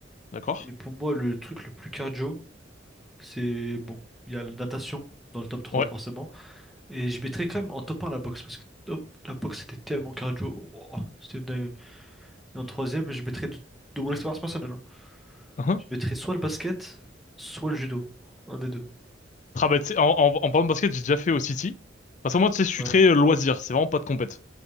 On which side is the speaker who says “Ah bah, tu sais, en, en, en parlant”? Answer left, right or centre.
Left